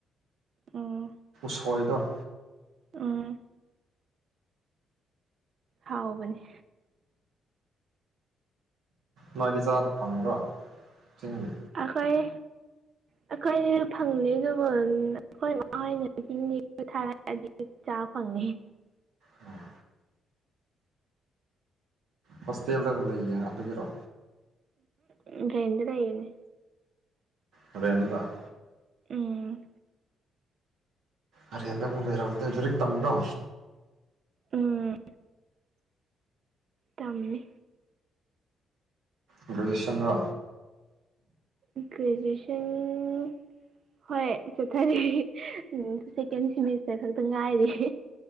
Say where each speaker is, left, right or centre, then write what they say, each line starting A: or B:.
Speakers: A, on the right; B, on the right.
A: ꯑ
B: ꯁꯣꯏꯗꯣ
A: ꯑꯥ ꯍꯥꯎꯕꯅꯤ
B: ꯅꯣꯏꯗꯤ ꯆꯥ ꯐꯪꯕ꯭ꯔꯣ ꯆꯤꯡꯁꯦ
A: ꯑꯩꯈꯣꯏ ꯑꯩꯈꯣꯏꯅꯦ ꯐꯪꯅꯤꯒꯟ ꯑꯩꯈꯣꯏꯣꯏꯅꯤꯡ ꯊꯔꯗꯤ ꯆꯥ ꯐꯪꯉꯦ
B: ꯎꯝ ꯍꯁꯇꯦꯜꯗꯅꯂ ꯀꯇ ꯀꯔꯣ
A: ꯎꯝꯗ ꯇꯏꯅꯦ
B: ꯔꯦꯟꯗ
A: ꯎꯝ
B: ꯍꯔꯟꯗ ꯂꯩꯔꯝꯗꯦ ꯍꯧꯖꯤꯛ ꯇꯝꯕ꯭ꯔꯣ
A: ꯎꯝ ꯇꯝꯃꯦ
B: ꯒ꯭ꯔꯦꯖꯨꯋꯌꯦꯁꯟꯣ
A: <unintelligible> ꯍꯣꯏ ꯆꯠꯊꯔꯤ ꯎꯝ ꯁꯦꯀꯦꯟ ꯁꯦꯃꯤꯁꯇꯔ ꯈꯛꯇ ꯉꯥꯏꯔꯤ